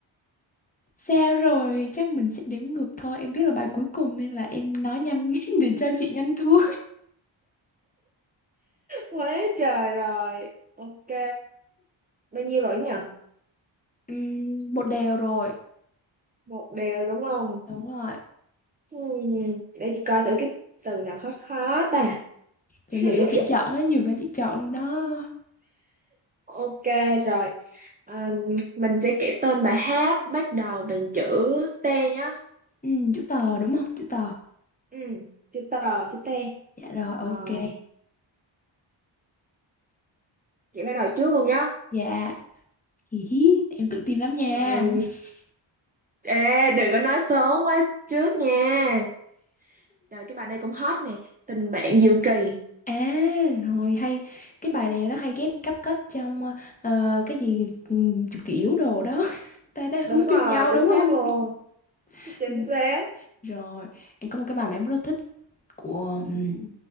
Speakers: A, on the left; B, on the right.
A: Sao rồi, chắc mình sẽ đếm ngược thôi. Em biết là bài cuối cùng nên là em nói nhanh <laughs> để cho chị nhanh thua.
B: Quá trời rồi. Ok. Bao nhiêu rồi nhỉ?
A: Ừm, một đều rồi.
B: Một đều rồi đúng không?
A: Đúng rồi.
B: Hmm. Để chị coi thử cái từ nào khó khó ta.
A: Cho
B: <laughs>
A: giờ cho chị chọn đó, nhường cho chị chọn luôn đó.
B: Ok rồi. À, mình sẽ kể tên bài hát bắt đầu bằng chữ T nhá.
A: Ừ, chữ tờ đúng không? Chữ tờ.
B: Ừ. Chữ tờ, chữ T.
A: Dạ rồi, ok.
B: Rồi. Chị bắt đầu trước luôn nhá.
A: Dạ. Hì hí, em tự tin lắm nha.
B: Ờ,
A: <laughs>
B: ê, đừng có nói sớm quá trước nha. Trời, cái bài này cũng hot nè. Tình bạn diệu kỳ.
A: À, rồi hay cái bài này nó hay ghép cấp kết trong ờ, cái gì ừ, chụp kỷ yếu đồ đó. <laughs> Ta đã
B: Đúng
A: hứa
B: rồi,
A: với nhau
B: chính
A: đúng
B: xác
A: không?
B: luôn.
A: <laughs>
B: <laughs> Chính
A: Ừ,
B: xác.
A: rồi, em có một cái bài mà em rất là thích của ừm,